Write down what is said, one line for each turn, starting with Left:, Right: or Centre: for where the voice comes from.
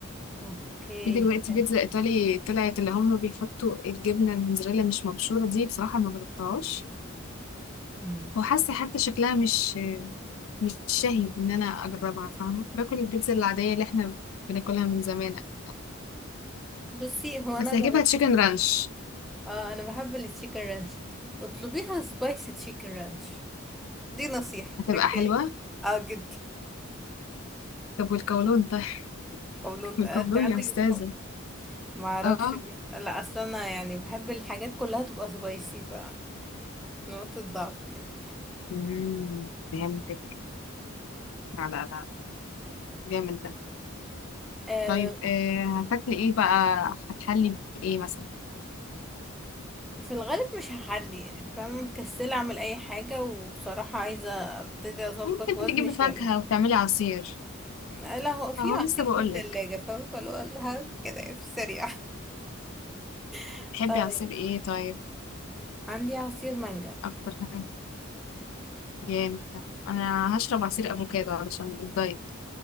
Centre: اوكي
Left: في دلوقتي
Centre: أه.
Left: بيتزا إيطالي طلعت اللي هم بيحطوا الجبنة الموتزاريلا مش مبشورة دي بصراحة ما جربتهاش
Centre: مم.
Left: وحاسة حتى شكلها مش مش شهي إن أنا أجربها فاهمة باكل البيتزا العادية اللي احنا بناكلها من زمان أوي.
Centre: بصي هو
Left: بس
Centre: انا
Left: هجيبها
Centre: جربت
Left: تشيكن رانش
Centre: اه انا بحب التشيكن رانش اطلبيها سبايسي تشيكن رانش دي نصيحة
Left: هتبقى
Centre: تركية
Left: حلوة
Centre: اه جدا
Left: طب والكولون طيب <laughs>
Centre: <laughs> قولون
Left: والكولون
Centre: انت عندك
Left: يا أستاذة
Centre: الكو- ما اعرفش
Left: اه
Centre: بقى. لا اصل انا يعني بحب الحاجات كلها تبقى سبايسي ف نقطة ضعف يعني
Left: مم، فهمتك لا لا لا جامد ده
Centre: آه
Left: طيب آه، هتاكلي ايه بقى هتحلي بايه مثلا
Centre: وفي الغالب مش هحلي يعني فاهمة مكسلة اعمل اي حاجة وبصراحة عايزة ابتدي اظبط
Left: ممكن
Centre: وزني
Left: تجيبي
Centre: شوية
Left: فاكهة وتعملي عصير
Centre: لا هو في
Left: اهو
Centre: عصير
Left: لسه بقولك
Centre: في التلاجة فاهمة فلو قال كده في السريع <laughs>
Left: تحبي
Centre: آه.
Left: عصير ايه طيب
Centre: عندي عصير مانجا
Left: اكتر حاجة جامد ده. انا هشرب عصير افوكادو علشان الدايت